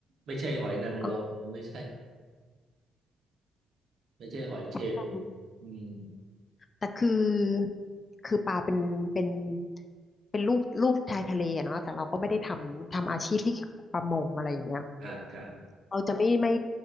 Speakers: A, on the right; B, on the left.
A: ไม่ใช่หอยนางรมไม่ใช่
B: เออ
A: ไม่ใช่หอยเชลล์อืม
B: แต่คือคือปลาเป็นเป็นเป็นรูปรูปชายทะเลอะเนาะแต่เราก็ไม่ได้ทำทำอาชีพที่เกี่ยวกับประมงอะไรอย่างเงี้ย
A: ครับครับ
B: เราจะไม่ไม่